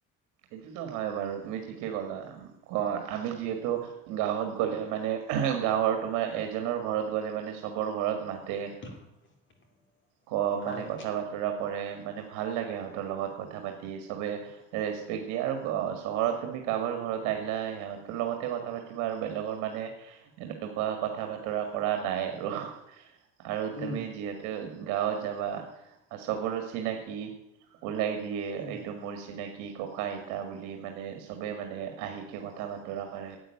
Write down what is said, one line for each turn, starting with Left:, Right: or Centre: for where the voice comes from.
Right: এইটোতো হয় বাৰু, তুমি ঠিকেই ক'লা অ আমি যিহেতু গাঁৱত গ'লে মানে গাঁৱৰ তোমাৰ এজনৰ ঘৰত গ'লে মানে চবৰ ঘৰত মাতে।
Left: <inaudible>
Right: ক
Left: হয়।
Right: মানে ক কথা বতৰা কৰে, মানে ভাল লাগে সিহঁতৰ লগত কথা পাতি চবে ৰেচ পেক দিয়ে, আৰু চহৰত তুমি কাৰোবাৰ ঘৰত আহিলা সিহঁতৰ লগতে কথা পাতিবা আৰু বেলেগৰ মানে এনেকুৱা কথা বতৰা কৰা নাই আৰু। আৰু
Left: উম,
Right: তুমি যিহেতু গাঁৱত যাবা চবৰে চিনাকি ওলাই দিয়ে
Left: উম,
Right: এইটো মোৰ চিনাক ককাঁ আইতা বুলি মানে চবেই মানে আহিকে কথা বতৰা কৰে,